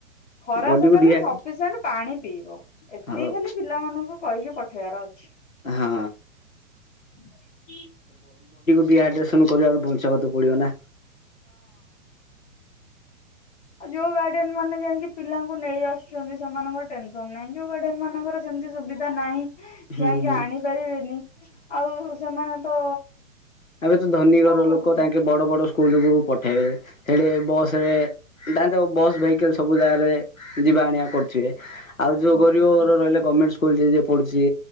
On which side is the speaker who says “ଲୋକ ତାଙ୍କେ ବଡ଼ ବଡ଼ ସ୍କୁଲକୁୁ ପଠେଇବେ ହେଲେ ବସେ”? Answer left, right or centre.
Left